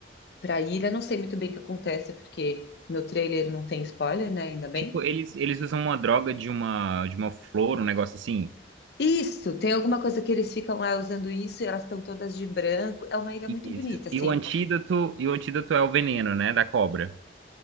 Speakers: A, on the left (about 60°); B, on the right (about 75°).
A: para ilha. Não sei muito bem o que acontece, porque no trailer não tem spoiler, né? Ainda bem.
B: Tipo, eles, eles usam uma droga de uma, de uma flor, um negócio assim.
A: Isso, tem alguma coisa que eles ficam lá usando isso e elas estão todas de branco. É uma ilha
B: Isso.
A: muito bonita, assim.
B: E o antídoto, e o antídoto é o veneno, né, da cobra.